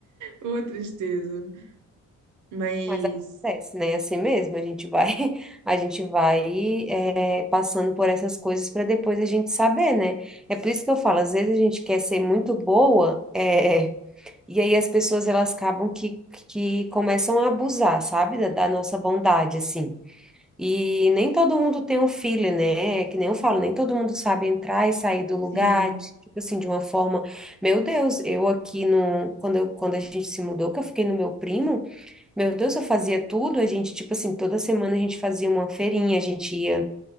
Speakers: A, on the right; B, in the centre.
A: Ô, tristeza. Mas,
B: Mas acontece, né? Assim mesmo, a gente vai, <laughs> a gente vai é, passando por essas coisas para depois a gente saber, né? É por isso que eu falo, às vezes a gente quer ser muito boa, é, e aí as pessoas elas acabam que, que começam a abusar, sabe? Da, da nossa bondade, assim. E nem todo mundo tem um filho, né? É Que nem eu falo, nem todo mundo sabe entrar e sair do lugar,
A: sim.
B: tipo assim, de uma forma. Meu Deus, eu aqui no, quando eu, quando a gente se mudou, que eu fiquei no meu primo. Meu Deus, eu fazia tudo, a gente, tipo assim, toda semana a gente fazia uma feirinha, a gente ia